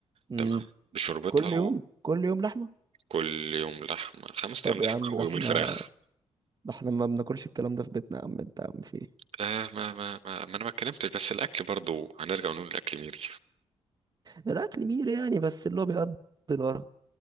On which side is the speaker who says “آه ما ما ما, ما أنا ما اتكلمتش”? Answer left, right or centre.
Right